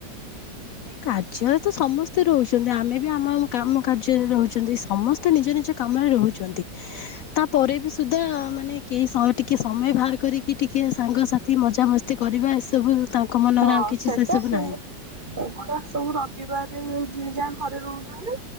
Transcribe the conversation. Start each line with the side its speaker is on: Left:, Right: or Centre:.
Left: କାର୍ଯ୍ୟରେ ତ ସମସ୍ତେ ରହୁଛନ୍ତି ଆମେ ବି ଆମ କାମ କାର୍ଯ୍ୟରେ ରହୁଛନ୍ତି ସମସ୍ତେ ନିଜ ନିଜ କାମରେ ରହୁଛନ୍ତି ତାପରେ ବି ସୁଧା ମାନେ କେହି ସହ ଟିକେ ସମୟ ବାହାର କରିକି ଟିକିଏ ସାଙ୍ଗସାଥି ମଜାମସ୍ତି କରିବା ଏସବୁ ତାଙ୍କ ମନରେ
Right: ହଁ
Left: ଆଉ କିଛି
Right: ସେଟା
Left: ସେ ସବୁ ନାହିଁ।
Right: <unintelligible> ସବୁ ରବିବାରେ ଯିଏ ଯାହା ଘରେ ରହୁଛନ୍ତି।